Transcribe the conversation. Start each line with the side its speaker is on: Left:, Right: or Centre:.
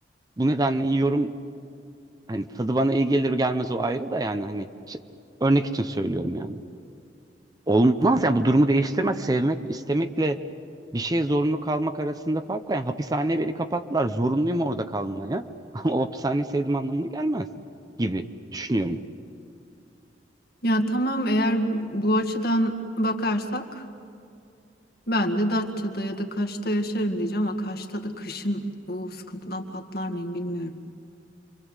Right: Bu nedenle yiyorum. Hani tadı bana iyi gelir gelmez o ayrı da yani hani şey- örnek için söylüyorum yani. Olmaz yani bu durumu değiştirmez. Sevmek, istemekle bir şeye zorunlu kalmak arasında fark var. Yani hapishaneye beni kapattılar. Zorunluyum orada kalmaya. <laughs> Ama o hapishaneyi sevdiğim anlamına gelmez gibi düşünüyorum.
Left: Ya tamam eğer bu açıdan bakarsak ben de Datça'da ya da Kaş'ta yaşarım diyeceğim ama Kaş'ta da kışın o sıkıntıdan patlar mıyım bilmiyorum.